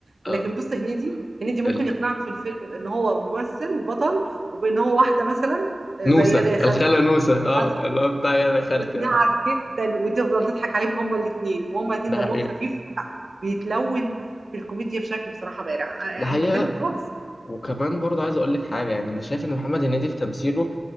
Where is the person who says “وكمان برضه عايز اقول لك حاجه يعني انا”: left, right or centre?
Left